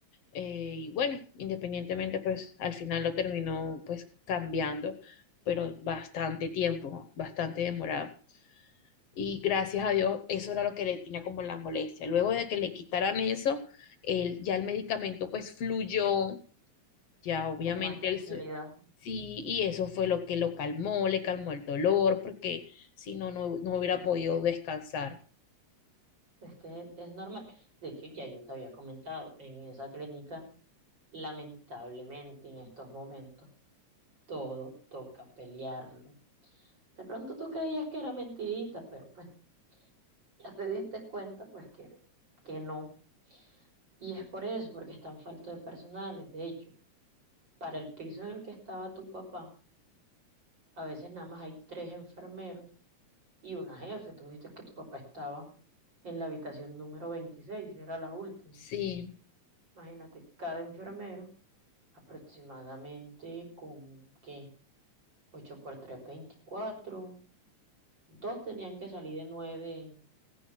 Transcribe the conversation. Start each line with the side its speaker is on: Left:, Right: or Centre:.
Left: Eh, y bueno, independientemente, pues al final lo terminó pues cambiando, pero bastante tiempo, bastante demorado. Y gracias a Dios, eso era lo que le tenía como la molestia. Luego de que le quitaran eso, él, ya el medicamento pues fluyó, ya obviamente
Right: con más tranquilidad.
Left: él su- sí, y eso fue lo que lo calmó, le calmó el dolor, porque si no, no, no hubiera podido descansar.
Right: Es que es normal. De hecho, ya yo te había comentado, en esa clínica Lamentablemente en estos momentos todo toca pelearlo. De pronto tú creías que era mentirita, pero pues ya te diste cuenta pues que, que no. Y es por eso, porque están faltos de personales. De hecho, para el piso en el que estaba tu papá, a veces nada más hay tres enfermeros y una jefe. Tú me dijiste que tu papá estaba en la habitación número veintiséis era la última.
Left: Sí,
Right: Imagínate, cada enfermero aproximadamente con, ¿qué? ocho por tres veinticuatro Dos tenían que salir de nueve,